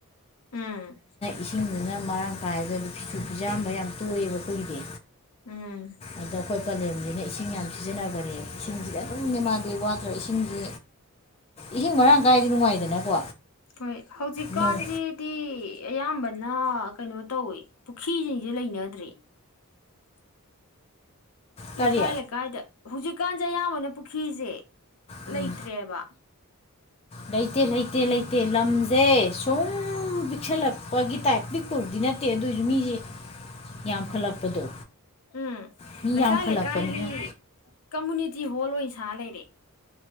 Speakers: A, on the left; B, on the left.
A: ꯎꯝ
B: ꯏꯁꯤꯡꯗꯨꯅ ꯑꯗꯨꯅ ꯃꯔꯥꯡ ꯀꯥꯏꯒꯗꯤ ꯐꯤꯁꯨ ꯐꯤꯖꯥꯝꯕ ꯌꯥꯝ ꯇꯣꯛꯑꯦꯕ ꯑꯩꯈꯣꯏꯒꯤꯗꯤ
A: ꯎꯝ
B: ꯑꯗ ꯑꯩꯈꯣꯏ ꯄꯂꯦꯝꯁꯤꯅ ꯏꯁꯤꯡ ꯌꯥꯝ ꯁꯤꯖꯤꯟꯅꯕꯅꯦ ꯏꯁꯤꯡꯁꯤꯗꯤ ꯑꯗꯨꯝꯅꯦ ꯃꯥꯗꯤ ꯋꯥꯠꯇ꯭ꯔ ꯏꯁꯤꯡꯁꯤ ꯏꯍꯤꯡ ꯃꯔꯥꯡ ꯀꯥꯏꯗꯤ ꯅꯨꯡꯉꯥꯏꯗꯅꯀꯣ
A: ꯍꯣꯏ ꯍꯧꯖꯤꯛꯀꯥꯟꯁꯤꯗꯤ
B: ꯅꯣꯡ
A: ꯑꯌꯥꯝꯕꯅ ꯅ ꯀꯩꯅꯣ ꯇꯧꯋꯦ ꯄꯨꯈ꯭ꯔꯤꯁꯤꯡꯁꯦ ꯂꯩꯅꯗ꯭ꯔꯔꯤ
B: ꯀꯔꯤ
A: ꯂꯩ ꯀꯥꯏ ꯂꯩ ꯀꯥꯏꯗꯦ ꯍꯧꯨꯖꯤꯛ ꯖꯤꯀꯥꯟꯁꯦ ꯑꯌꯥꯝꯕꯅ ꯄꯨꯈ꯭ꯔꯤꯁꯦ
B: ꯎꯝ
A: ꯂꯩꯇ꯭ꯔꯦꯕ
B: ꯂꯩꯇꯦ ꯂꯩꯇꯦ ꯂꯩꯇꯦ ꯂꯝꯁꯦ ꯁꯨꯝ ꯄꯤꯛꯁꯜꯂꯛꯄꯒꯤ ꯇꯥꯏꯞ ꯄꯤꯛ ꯇꯔꯗꯤ ꯅꯠꯇꯦ ꯑꯗꯨꯑꯣꯏꯁꯨ ꯃꯤꯁꯦ ꯌꯥꯝꯈꯠꯂꯛꯄꯗꯣ
A: ꯎꯝ
B: ꯃꯤ
A: ꯂꯩꯀꯥꯏ
B: ꯌꯥꯝꯈꯠꯂꯛꯄꯅꯤꯅ
A: ꯂꯩꯀꯥꯏꯒꯤ ꯀꯃꯨꯅꯤꯇꯤ ꯁꯤ ꯍꯣꯜ ꯑꯣꯏ ꯁꯥ ꯂꯩꯔꯦ